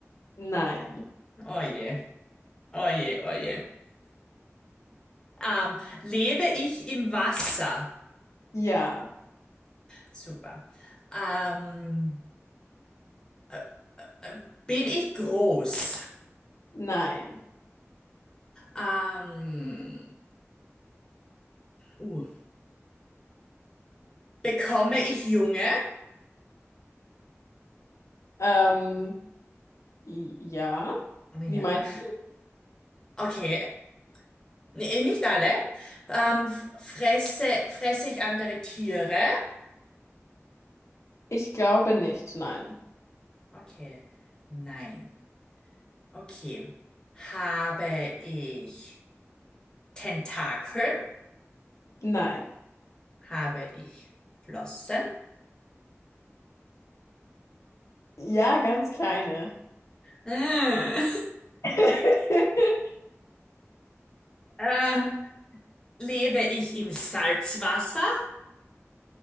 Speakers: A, on the left (about 85°); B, on the left (about 15°).
A: Nein.
B: Oje, oje, oje. Ähm, lebe ich im Wasser?
A: Ja.
B: Super. Ähm, äh, äh, bin ich groß?
A: Nein.
B: Ähm, uh, bekomme ich Junge?
A: Ähm, i- ja.
B: Ja,
A: Wie meinst du?
B: okay. Nee, eh, nicht alle. Ähm, f- fresse, fresse ich andere Tiere?
A: Ich glaube nicht. Nein.
B: Okay. Nein. Okay. Habe ich Tentakeln?
A: Nein.
B: Habe ich Flossen?
A: Ja, ganz kleine.
B: Äh,
A: <laughs>
B: <laughs> äh, lebe ich im Salzwasser?